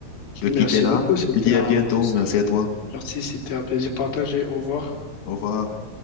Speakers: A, on the left; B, on the left.
A: je dois
B: Merci
A: quitter là.
B: beaucoup. C'était
A: Je te dis
B: un...
A: à bientôt, merci à toi,
B: Merci, c'était un plaisir partagé. Au revoir.
A: au revoir.